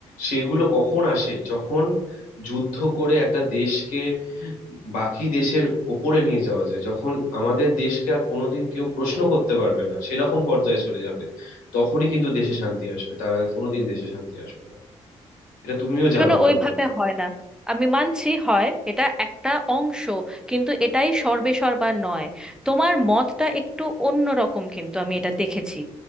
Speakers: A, on the left; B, in the centre.
A: সেগুলো কখন আসে যখন যুদ্ধ করে একটা দেশকে বাকি দেশের ওপরে নিয়ে যাওয়া যায় যখন আমাদের দেশকে আর কোনোদিন কেউ প্রশ্ন করতে পারবে না সেরকম পর্যায়ে চলে যাবে তখনই কিন্তু দেশে শান্তি আসবে তার আগে কোনোদিন দেশে শান্তি আসবে না এটা তুমিও জানো
B: শোনো
A: ভালো
B: ওইভাবে
A: করে
B: হয় না আমি মানছি হয় এটা একটা অংশ কিন্তু এটাই সর্বেসর্বা নয় তোমার মতটা একটু অন্য রকম কিন্তু আমি এটা দেখেছি